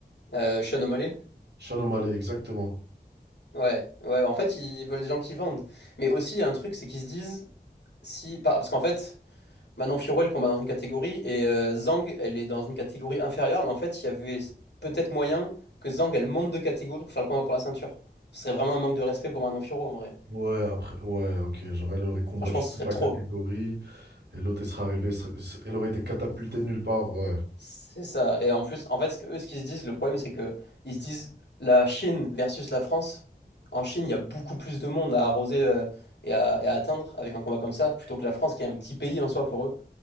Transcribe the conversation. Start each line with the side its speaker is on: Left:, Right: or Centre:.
Left: euh, Sean O'Malley.
Right: Shan O'Malley, exactement.
Left: Ouais, ouais, en fait, ils veulent des gens qui vendent. Mais aussi, il y a un truc, c'est qu'ils se disent, si, par- parce qu'en fait, Manon Fiorot, elle combat dans une catégorie, et euh, Zhang, elle est dans une catégorie inférieure, mais en fait, il y avait peut-être moyen que Zhang, elle monte de catégorie pour faire le combat pour la ceinture. Ce serait vraiment un manque de respect pour Manon Fiorot, en vrai.
Right: Ouais, après, ouais, ok. Genre, elle aurait combattu
Left: Franchement, ce
Right: toute
Left: serait
Right: la
Left: trop.
Right: catégorie, et l'autre, elle serait arrivée, elle serait- elle aurait été catapultée de nulle part, ouais.
Left: C'est ça. Et en plus, en fait, ce que- eux, ce qu'ils se disent, le problème, c'est que ils se disent, la Chine versus la France, en Chine, il y a beaucoup plus de monde à arroser euh, et à et à atteindre avec un combat comme ça, plutôt que la France, qui est un petit pays en soi pour eux.